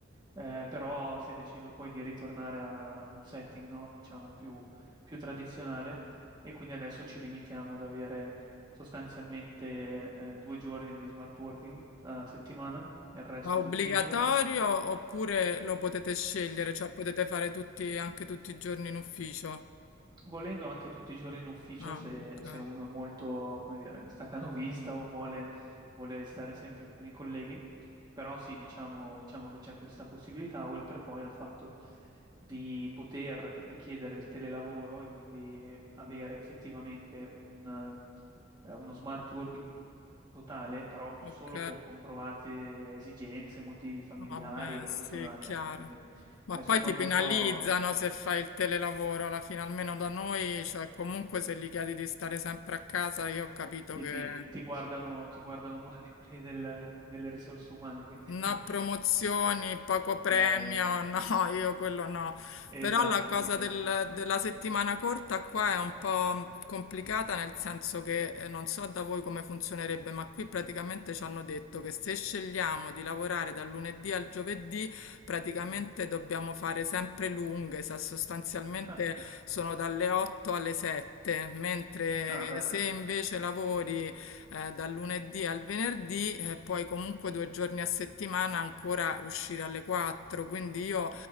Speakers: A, on the right; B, on the left.
A: eh, però si è deciso poi di ritornare a- ad un setting, no, Diciamo più, più tradizionale e quindi adesso ci limitiamo ad avere sostanzialmente, eh, due giorni di smart working a settimana, il resto
B: Ma obbligatorio
A: in ufficio.
B: oppure lo potete scegliere, cioè potete fare tutti, anche tutti i giorni in ufficio?
A: volendo anche tutti i giorni in ufficio,
B: Ah,
A: se,
B: ok,
A: se uno è molto, come dire, staccanovista o vuole, vuole stare sempre con i colleghi, però sì, diciamo, diciamo che c'è questa possibilità, oltre poi al fatto di poter richiedere il telelavoro e quindi avere effettivamente un, eh, uno smart working totale, però solo
B: ok,
A: per comprovate esigenze, motivi familiari
B: vabbè,
A: o personali,
B: sì, è chiaro.
A: ecco, quindi
B: Ma
A: adesso
B: poi
A: poi
B: ti
A: non
B: penalizzano
A: so
B: se fai il telelavoro, alla fine almeno da noi, cioè comunque se gli chiedi di stare sempre a casa, io ho capito
A: Ti,
B: che
A: ti- ti guardano, ti guardano male <laughs> quelli del- delle risorse umane, quindi...
B: No
A: <laughs>
B: promozioni, poco premio,
A: Eh,
B: <laughs> no, io quello no.
A: esatto,
B: Però la cosa
A: quindi...
B: del- della settimana corta qua è un po' complicata, nel senso che eh, non so da voi come funzionerebbe, ma qui praticamente ci hanno detto che se scegliamo di lavorare dal lunedì al giovedì, praticamente
A: Mhm.
B: dobbiamo fare sempre lunghe, sa- sostanzialmente
A: Ah,
B: sono dalle 8 alle 7, mentre
A: ah, beh,
B: se invece lavori eh, dal lunedì al venerdì e poi comunque due giorni a settimana ancora uscire alle 4, quindi io